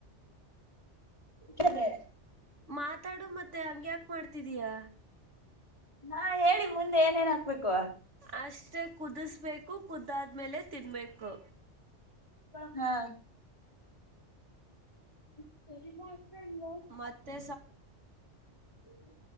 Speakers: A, on the left (about 25°); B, on the right (about 80°).
A: ದ <unintelligible>
B: ಮಾತಾಡು ಮತ್ತೆ ಹಂಗ್ಯಾಾಕ ಮಾಡ ಇದಿಯಾ
A: ನಾ ಹೇಳಿ ಮುಂದೆ ಏನೇನ್ ಹಾಕ್ಬೇಕು
B: ಅಷ್ಟೇ ಕುದಿಸ್ಬೇಕು ಕುದಾದ ಆದ್ಮೇಲೆ ತಿನ್ಬೇಕು
A: ಹಾ ಇ ಸರಿ ಮಾಡ <unintelligible> ಸರಿ <unintelligible>
B: ಮತ್ತೆ
A: ಹ್ಮ್ಮ